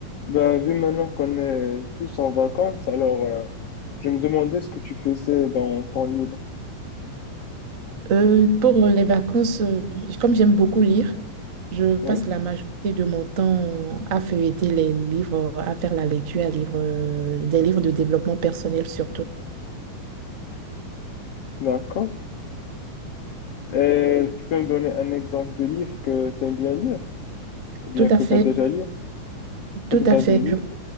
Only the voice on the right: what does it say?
Euh, pour les vacances, euh, comme j'aime beaucoup lire, je passe
la majorité de mon temps à feuilleter les livres, à faire la lecture, à livre, euh, des livres de développement personnel surtout.
Tout
à fait,
tout
à fait.
Je-